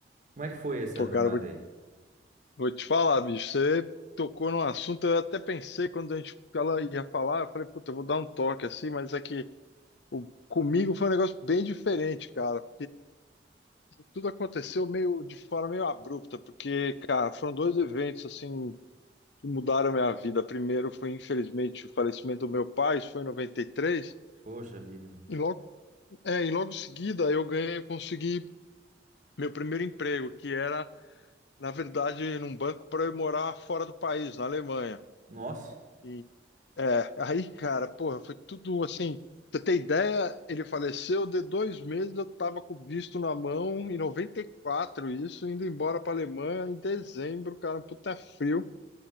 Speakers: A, on the right; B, on the left.
A: como é que foi essa
B: Pô,
A: jornada
B: cara, vou,
A: aí?
B: vou te falar, bicho. Você tocou num assunto. Eu até pensei quando a gente ela ia falar, eu falei, puta, eu vou dar um toque assim, mas é que o, comigo foi um negócio bem diferente, cara. tudo aconteceu meio de forma meio abrupta, porque, cara, foram dois eventos assim que mudaram a minha vida. Primeiro foi, infelizmente, o falecimento do meu pai, isso foi em 93, e três,
A: Poxa vida, mano.
B: e logo, é, e logo em seguida eu ganhei, eu consegui meu primeiro emprego, que era, na verdade, num banco para eu morar fora do país, na Alemanha.
A: Nossa,
B: E É, aí, cara, porra, foi tudo assim. Pra Você ter ideia, ele faleceu de dois meses, eu tava com o visto na mão, em 94, isso, indo embora pra Alemanha em dezembro, cara, um puta frio.